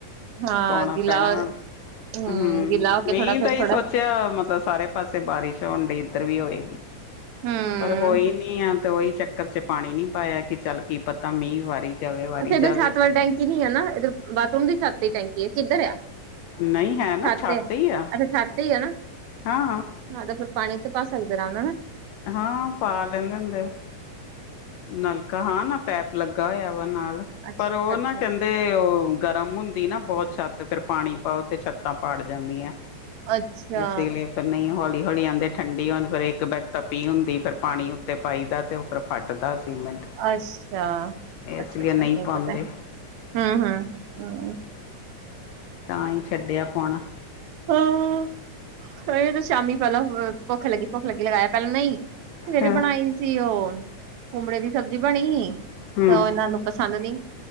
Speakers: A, on the right (about 75°); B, on the left (about 75°).
A: ਹਾਂ
B: ਪਵਾਣਾ
A: ਗਿੱਲਾ
B: ਪੈਣਾ ਹੁਣ
A: ਹਮ
B: ਹੂੰ
A: ਗਿੱਲਾ ਹੋ ਕੇ
B: ਮੀਹ
A: ਥੋੜਾ ਫੇਰ
B: ਤਾਂ ਏਈ
A: ਥੋੜਾ
B: ਸੋਚ ਚ ਮਤਲਬ ਸਾਰੇ ਪਾਸੇ ਬਾਰਿਸ਼ ਹੋਣ ਡਈ ਇਧਰ ਵੀ ਹੋਈ ਤੇ
A: ਹਮ
B: ਪਰ ਹੋਈ ਨੀ ਆ ਤੇ ਓਈ ਚੱਕਰ ਚ ਪਾਨੀ ਨੀ ਪਾਯਾ, ਕਿ ਚੱਲ ਕੀ ਪਤਾ ਮੀਂਹ ਵਾਰੀ ਜਾਵੇ ਵਾਰੀ
A: ਅੱਛਾ ਇੱਧਰ
B: ਜਾਵੇ
A: ਛਤ ਵਾਲੀ
B: ਪਰ
A: ਟੈਂਕੀ ਨੀ ਐ ਨਾ ਇੱਧਰ ਬਾਥਰੂਮ ਦੀ ਛਤ ਤੇ ਈ ਟੈਂਕੀ ਐ ਕਿੱਧਰ ਆ?
B: ਨਹੀਂ ਹੈ ਨਾ
A: ਛੱਤ,
B: ਹੀ ਆ
A: ਅੱਛਾ ਛੱਤ ਤੇ ਈ ਐ ਨਾ
B: ਹਾਂ
A: ਹਾਂ ਤੇ ਫਿਰ ਪਾਨੀ ਤੇ ਪਾ ਸਕਦੇ ਅਰਾਮ ਨਾਲ ਨਾ
B: ਹਾਂ ਪਾ ਲੈਂਦੇ ਹੁੰਦੇ ਓ ਨਲਕਾ ਹਾਂ ਨਾ ਪੈਪ ਲੱਗਾ ਹੋਇਆ ਵਾ ਨਾਲ
A: ਅੱਛਾ
B: ਪਰ ਓ
A: ਅੱਛਾ
B: ਨਾ ਕੈਨ ਤੇ ਓ ਗਰਮ ਹੁੰਦੀ ਨਾ ਬੋਤ ਛੱਤ ਫੇਰ ਪਾਣੀ ਪਾਓ ਤੇ ਛੱਤਾਂ ਪਾੜ ਜਾਂਦੀਆਂ।
A: ਅੱਛਾ
B: ਏਸੇ ਲਈ ਫਿਰ ਨਈ ਹੌਲੀ-ਹੌਲੀ ਆਦੇ ਠੰਡੀ ਹ ਫਿਰ ਇੱਕ ਬੈ ਤਪੀ ਹੁੰਦੀ ਫਿਰ ਪਾਣੀ ਉੱਤੇ ਪਾਈ ਦਾ ਤੇ ਓ ਫਿਰ ਫੱਟ ਦਾ ਸੀਮੈਂਟ
A: ਅੱਛਾ-ਅੱਛਾ-ਅੱਛਾ
B: ਇਸ ਲਈ ਨਹੀਂ
A: ਨਈ
B: ਪਾਉਂਦੇ
A: ਪਤਾ ਐ ਹੂੰ ਹੂੰ ਹ
B: ਤਾਂ ਈ ਛੱਡਿਆ ਪੋਣਾ
A: ਹਾਂ ਅਜੇ ਤੇ ਸ਼ਾਮੀ ਪੈਲਾਂ ਭੁੱਖ ਲੱਗੀ, ਭੁੱਖ ਲੱਗੀ ਲਗਾਇਆ ਪੈਲਾਂ ਨਈ ਸਵੇਰੇ
B: ਹਾਂ।
A: ਬਣਾਈ ਸੀ ਓ ਕੁਮੜੇ ਦੀ ਸਬਜ਼ੀ ਬਣੀ ਹੀ
B: ਹੂੰ
A: ਤੋ ਓ ਐਨਾਂ ਨੂੰ ਪਸੰਦ ਨੀ